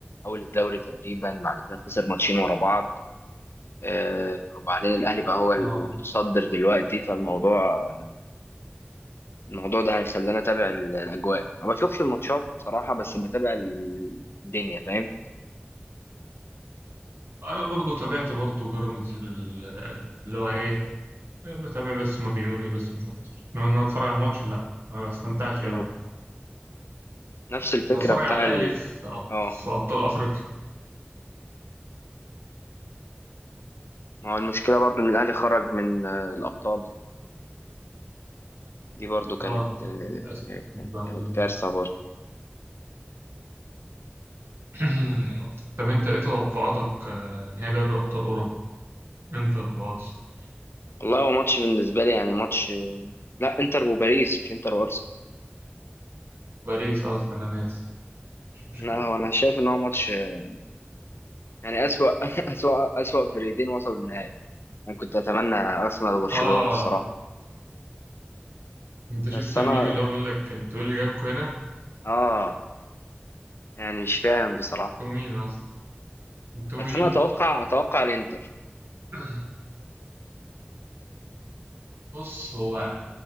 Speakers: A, on the left; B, on the right.
A: اول الدوري تقريبا بعد كده خسر ماتشين ورا بعض آه، وبعدين الاهلي بقى هو المتصدر
B: اه
A: دلوقتي فالموضوع الموضوع ده هيخليني اتابع ال- الاجواء ما بشوفش الماتشات بصراحه بس بتابع ال- الدنيا فاهم
B: انا برضه تابعت برضه بيراميدز ال- اللي هو ايه بتابع بس ما بيعملوا ايه بس مش اكتر انما إن انا اتفرج على الماتش لا ما بستمتعش
A: مم.
B: قوي
A: نفس الفكره
B: بتفرج
A: بتاع
B: على الأهلي
A: ال...
B: في أب-
A: اه
B: في أبطال أفريقيا
A: ما هو المشكله برضو ان الاهلي خرج من آه، الابطال دي برضو كانت
B: اه
A: آه،
B: للأسف يعني
A: كانت كارثه برضو
B: <clears throat> طب أنت إيه توقعاتك آه، نهائي دوري أبطال أوروبا؟ إنتر وبارس
A: والله هو ماتش بالنسبه لي يعني ماتش آه، لا انتر وباريس مش انتر وارسنال
B: باريس قصدي أنا ناسي مش مشكلة
A: لا هو انا شايف ان هو ماتش آه، يعني اسوأ <laughs> اسوأ اسوأ فريقين وصلوا النهائي يعني انا كنت اتمنى ارسنال وبرشلونه
B: آه
A: الصراحه
B: أنت شفت
A: بس
B: الميم
A: انا
B: اللي هو بيقول لك أنتوا إيه اللي جابكوا هنا؟
A: اه يعني مش فاهم بصراحه
B: أنتوا مين أصلا؟ أنتوا
A: بس
B: مين؟
A: انا اتوقع اتوقع الانتر
B: <coughs> <clears throat> بص هو